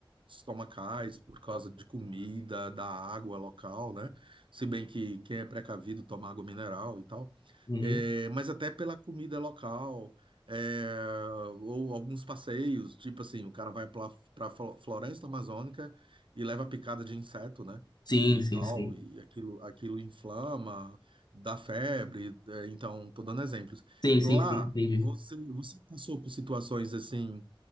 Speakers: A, on the right (about 65°); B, on the left (about 50°).
A: estomacais por causa de comida, da água local, né? Se bem que quem é precavido toma água mineral e tal,
B: uhum.
A: Eh, mas até pela comida local, eh, ou alguns passeios, tipo assim, o cara vai para a floresta amazônica e leva picada de inseto, né?
B: Sim,
A: E,
B: sim,
A: tal,
B: sim.
A: e aquilo, aquilo inflama, dá febre, eh, então, tô dando exemplos.
B: Sim, sim,
A: Lá,
B: sim, entendi.
A: você, você passou por situações assim